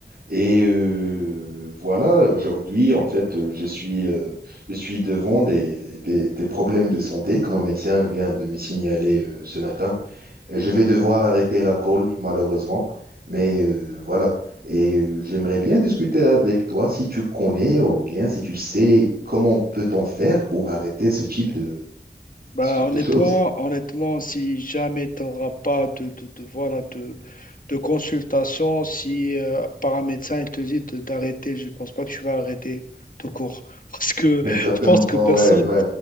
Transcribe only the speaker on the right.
Et euh, voilà, aujourd'hui, en fait, euh, je suis, euh, je suis devant des, des, des problèmes de santé, comme mon médecin vient de me signaler euh, ce matin. Et je vais devoir arrêter l'alcool, malheureusement. Mais euh, voilà. Et euh, j'aimerais bien discuter avec toi si tu connais ou bien si tu sais comment peut-on faire pour arrêter ce type de,
ce type
de choses.
Exactement,
ouais, ouais.